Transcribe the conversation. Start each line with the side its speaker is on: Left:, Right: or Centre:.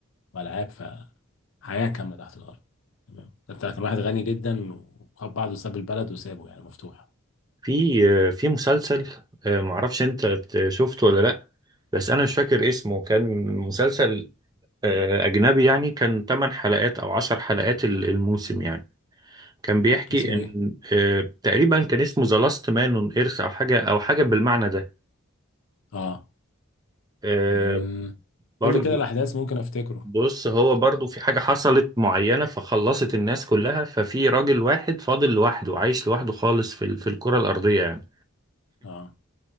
Left: والعاب فحياه كامله تحت الارض تمام ده بتاع كان واحد غني جدا وخد بعضه ساب البلد وسابه يعني مفتوح
Right: في في مسلسل آه، معرفش انت بت- شفته ولا لا بس انا مش فاكر اسمه كان مسلسل آه، اجنبي يعني كان 8 حلقات او 10 حلقات ال- الموسم يعني كان بيحكي
Left: اسمه
Right: ان
Left: ايه
Right: آه، تقريبا كان اسمه ذا لاست مان اون ايرث او حاجه او حاجه بالمعنى ده
Left: اه
Right: آه،
Left: أمم.
Right: برضو
Left: قول لي كده الاحداث ممكن افتكره
Right: بص هو برضو في حاجه حصلت معينه فخلصت الناس كلها ففي راجل واحد فاضل لوحده عايش لوحده خالص في ال- في الكره الارضيه يعني
Left: اه